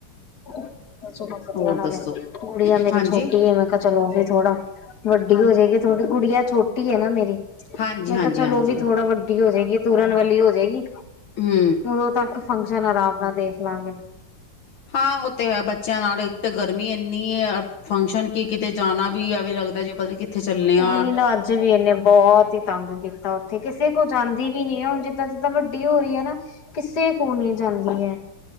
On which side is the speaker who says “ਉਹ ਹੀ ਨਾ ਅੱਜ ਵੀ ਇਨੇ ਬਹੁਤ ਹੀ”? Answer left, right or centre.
Left